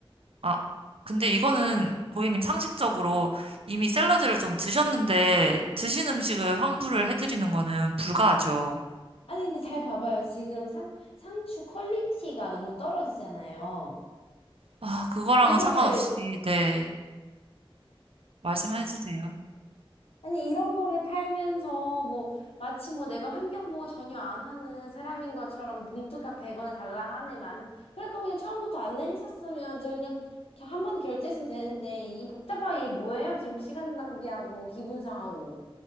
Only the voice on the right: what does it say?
아, 근데 이거는 고객님 상식적으로 이미 샐러드를 좀 드셨는데, 드신 음식을 환불을 해드리는 거는 불가하죠.
아, 그거랑은
상관없이, 네. 말씀해 주세요.